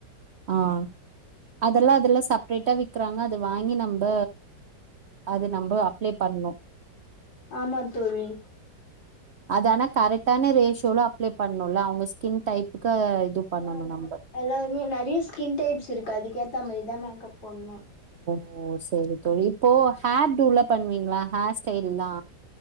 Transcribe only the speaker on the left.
ஆமா தோழி
ஆ
அந்த
மா எல்லாருமே நெறைய ஸ்கின் டைப்ஸ் இருக்கு அதுக்குஏத்தா மரிதா மேக்கப் பொண்ணு